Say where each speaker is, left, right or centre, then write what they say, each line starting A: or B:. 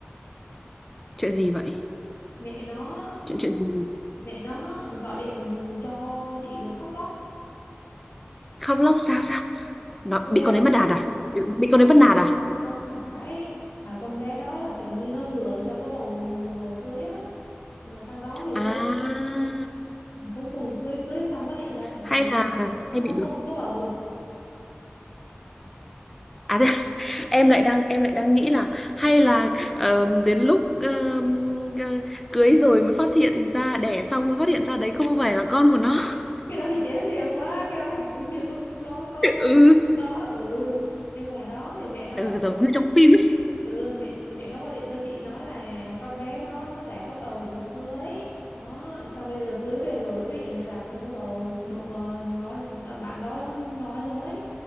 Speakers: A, in the centre; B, on the left (about 80°).
A: Chuyện gì vậy?
B: mẹ nó
A: Chuyện chuyện gì?
B: mẹ nó gọi điện cho chị rồi khóc lóc
A: Khóc lóc sao sao? Nó
B: Ghê
A: bị con đấy bắt nạt à? Bị, bị
B: không
A: con đấy bắt nạt à?
B: Không phải mà con bé đó là kiểu như nó lừa cho có bầu rồi cưới á mà sau đó thì
A: À,
B: cuối cuối cùng cưới cưới xong phát hiện ra thật
A: hay
B: sự là
A: là hay
B: không
A: bị được
B: không không có bầu
A: À, thế- <laughs> em lại đang em lại đang nghĩ là hay là ờm, đến lúc ờm, ờ, cưới rồi mới phát hiện ra đẻ xong mới phát hiện ra đấy không phải là con của nó. <laughs>
B: cái đó thì trễ trêu quá cái đó thì cũng chưa có có có
A: Ừ,
B: có đó ừ nhưng mà đó thì mẹ nó
A: ừ
B: gọi
A: giống như trong phim ấy.
B: ừ mẹ chị mẹ nó gọi điện cho chị nói là con bé đó nó giả có bầu để mà cưới nó xong bây giờ cưới về rồi mới phát hiện ra là không có bầu bầu ờ, nó nó- bạn đó nói dối